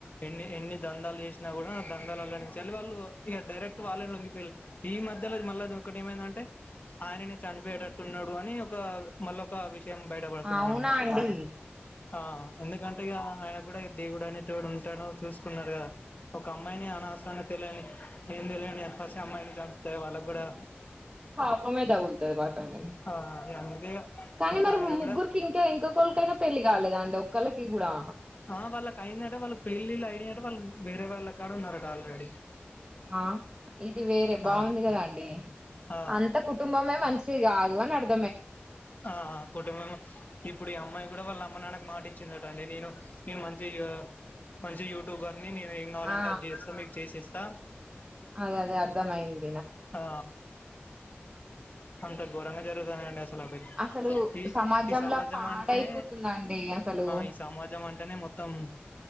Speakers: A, on the left; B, on the right.
A: ఎన్ని ఎన్ని దందాలు చేసినా కూడా దందాలలో నుంచి అ వాళ్ళు ఇక డైరెక్ట్ వాల్లే లొంగిపోయిల్లు. ఈ మధ్యలోది మళ్ళది ఒకటి ఏమైందంటే ఆయననే చనిపోయేటట్టున్నాడు అని ఒక మళ్ళ ఒక విష త్యం బయటపడుతుందని
B: అవునా అండి
A: ఆ ఎందుకంటే ఇగ ఆయన కూడ దేవుడు అనే తోడు ఉంటనో చూసుకున్నారు కదా ఒక అమ్మాయిని అనసరంగ తెలియని ఏం తెలియని పసి అమ్మాయిని చంపుతే వాళ్ళకి కూడా
B: పాపమే తగుల్తాది బటనే
A: ఆ అందుకే ఇగ
B: కానీ
A: మొత్తం
B: మరి
A: ఆయన
B: ముగ్గురికి
A: కూడా
B: ఇంకా ఇంకొకలి కైనా పెళ్ళి కాలేదా అండి ఒక్కల్లికి కూడా.
A: ఆ వాళ్ళకి అయిందట వాళ్ళకి పెళ్ళిళ్ళ అయినట వాళ్ళు వేరే వాళ్ళకాడ ఉన్నారట ఆల్రెడీ.
B: ఆ ఇది వేరే బాగుంది
A: ఆ
B: కదాండి
A: ఆ
B: అంత కుటుంబమే మంచి అది <unintelligible>
A: ఆ కుటుంబం ఇప్పుడు ఈ అమ్మాయి కూడా వాళ్ళ అమ్మ నాన్నకు మాట ఇచ్చిందటండి నేను నేను మంచి మంచి యూట్యూబర్ అన్నీ నేను న ఏం కావాలంటే
B: ఆ
A: అది చేస్తా మీకు చేసేస్త స
B: అదే అదే అర్థమైంది
A: ఆ అంత ఘోరంగా జరుగుతున్నాధండి అసలు అవి
B: అసలు
A: ఈ
B: సమాజంలో
A: ఈ సమాజం
B: పాడైపోతుందండి
A: అంటే
B: అసలు
A: ఈ సమాజం అంటే వెంటనే మొత్తం